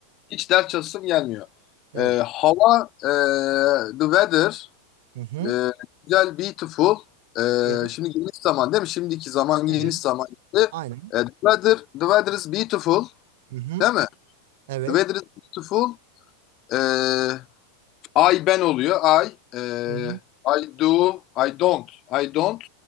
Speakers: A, on the left (about 35°); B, on the right (about 50°).
A: hiç ders çalışasım gelmiyor.
B: Evet.
A: Ee, hava, e, the weather,
B: Hı hı.
A: Ee, güzel, beautiful. Ee,
B: Yes.
A: şimdi geniş zaman değil mi? Şimdiki zaman
B: Evet.
A: geniş zaman. Ee,
B: Aynen.
A: the weather, the weather is beautiful.
B: Hı hı.
A: Değil mi?
B: Evet.
A: The weather is beautiful. Ee, I ben oluyor. I. Ee,
B: Hı hı.
A: I do. I don't. I don't.